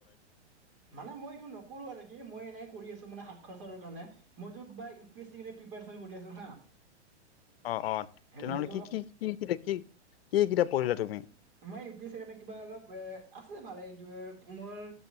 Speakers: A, on the right; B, on the left.
A: মানে মই এইটো নকৰো আৰু কি মই এনেই কৰি আছো মানে সাতশৰ চৰ মই বা ইউি এছ প্ৰ কৰি আছো হা
B: অ অ তেনেহলে
A: মানে এইটো
B: কি
A: অলপ
B: কি কি কিিত কি কি কিতাপ পঢ়িলা তুমি
A: মাৰ ইউ পি এছ কাৰণে কিবা অলপ এ আছে ভালে এইটো মোৰ